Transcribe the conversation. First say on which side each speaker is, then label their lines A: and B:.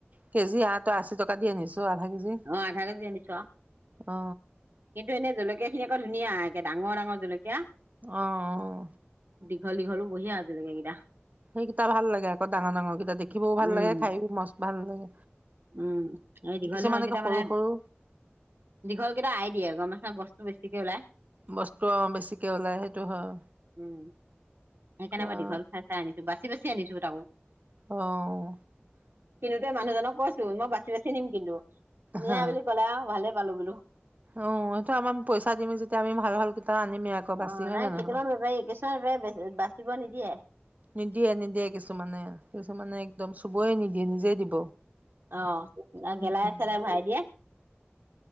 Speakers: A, on the right; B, on the right.
A: কেজি ইয়াতে আশী টকা দি আনিছো আধা কেজি
B: অ আধা কেজি আনিছো আৰু
A: অ অ
B: কিন্তু এনে জলকীয়া খিনি আকৌ ধুনীয়া ডাঙৰ ডাঙৰ জুলকীয়া
A: আহ
B: দীঘল দীঘল হলি আজি লৈকে এইকেইটা
A: সেইকেইটা ভাল লাগে আকৌ ডাঙৰ ডাঙৰকেইটা দেখিবও ভাল
B: উম
A: লাগে খাইয়ো মস ভাল লাগে
B: উম এই দীঘল
A: কিছুমান
B: দীঘল কেইটা
A: একে সৰু
B: মানে
A: সৰু
B: দীঘল কেইটা এৰাই দিয়ে গম পাইছা নাই বস বেছিকে ওলাই
A: বস্তু অ বেছিকে ওলাই সেইটো হয়
B: উম সেইকাৰণে
A: কোৱা
B: মই দীঘল চাই চাই আনিছো বাচি বাচি আনিছো তাকো
A: আহ
B: কিনিওতে মানুহজনক কৈছোঁ মই বছি বাছি নিম কিন্তু নিয়া
A: হা
B: বুলি কলে আও ভাৰালো ভাৱালো বোলো
A: অ সেইটো ইমান পইচা দিমি যেতিয়া আমি ভাল ভাল আনিমেই আকৌ বাচি
B: অ
A: হয়
B: নাই
A: নে নহয়
B: কেইটামান বেপাৰী কিছুমান বেপাৰী বেছি বাচিব নিদিয়ে
A: নিদিয়ে নিদিয়ে কিছুমানে কিছুমানে একদম চোবই নিদিয়ে। সি নিজেই দিব।
B: আহ গেলাই
A: উম
B: চেলাই ভাৰাই দিয়ে